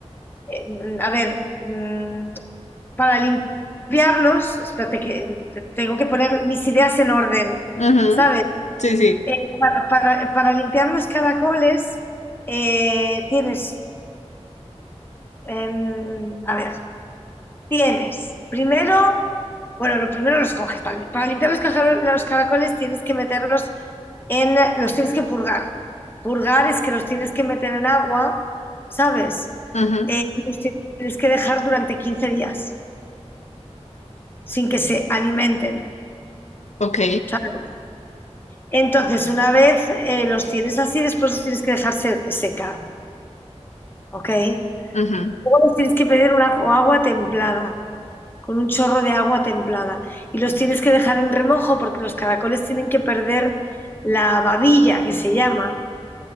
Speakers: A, on the left; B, on the left.
A: eh, a ver, mm, para limpiarlos, espérate que te- tengo que poner mis ideas en orden,
B: Ujú.
A: ¿sabes?
B: Sí, sí.
A: Eh, para, para- para limpiar los caracoles eh, tienes, em, a ver. Tienes, primero, bueno, lo primero los coges. Para, para limpiar los, cajar- los caracoles tienes que meterlos en, los tienes que purgar. Purgar es que los tienes que meter en agua, ¿sabes?
B: Ujú.
A: Eh, y los tienes que dejar durante 15 días sin que se alimenten,
B: Ok.
A: ¿sabes? Entonces, una vez eh, los tienes así, después los tienes que dejar se- secar, ¿ok? Luego
B: Ujú.
A: les tienes que pedir una o agua templada, con un chorro de agua templada. Y los tienes que dejar en remojo porque los caracoles tienen que perder la babilla, que se llama,